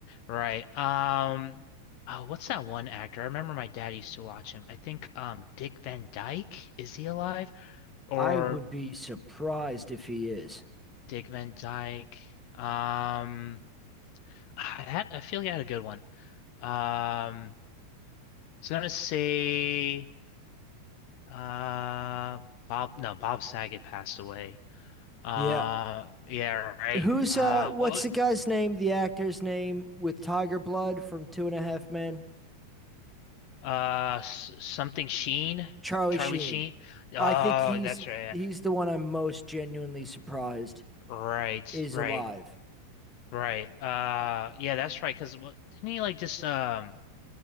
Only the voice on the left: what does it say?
right. Um, oh, what's that one actor? I remember my dad used to watch him. I think um Dick Van Dyke, is he alive? Or
Dick Van Dyke. Um, I had I feel like I had a good one. Um. was gonna say uh Bob no Bob Saget passed away. Uh
yeah, right.
Uh
oh,
uh s- something Sheen,
Charlie
Sheen. Oh,
that's right. yeah.
Right,
right,
right. Uh yeah, that's right 'cause what didn't he like just um